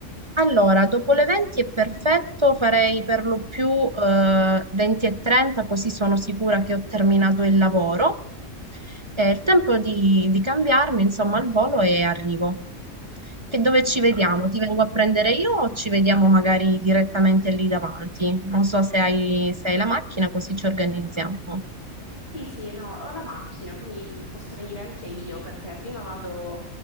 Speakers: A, on the right (about 25°); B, on the left (about 50°).
A: Allora, dopo le 20 è perfetto, farei per lo più eh, 20 e 30, così sono sicura che ho terminato il lavoro. È il tempo di, di cambiarmi, insomma, al volo e arrivo. Che dove
B: Ok.
A: ci vediamo? Ti vengo a prendere io o ci vediamo magari direttamente lì davanti? Non so se hai, se hai la macchina, così ci organizziamo.
B: Sì, sì, no, ho la macchina, quindi mm, posso venire anche io perché prima vado,